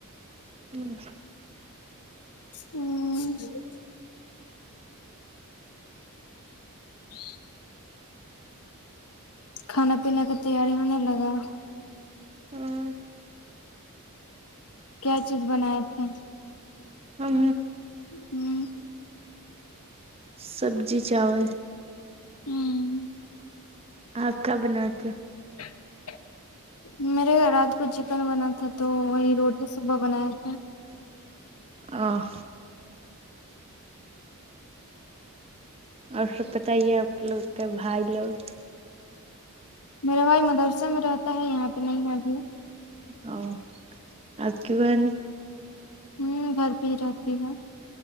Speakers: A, on the right; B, on the left.
A: <unintelligible>
B: ہوں <inaudible> کھانا پینے کا تیاری ہونے لگا
A: ہوں
B: کیا چیز بنائے تھے
A: ہم
B: ہوں
A: سبزی چاول
B: ہوں
A: آپ کیا بناے تھے
B: <unintelligible> میرے گھر رات کو چکن بنا تھا تو وہی روٹی صبح بنایا تھا
A: آہ اور سب پتا یہ آپ لوگ کے بھائی لوگ
B: میرا بھائی مدرسہ میں رہتا ہے یہاں پہ نہیں ہے ابھی
A: او آپ کی بہن
B: ہمم گھر پہ ہی رہتی ہے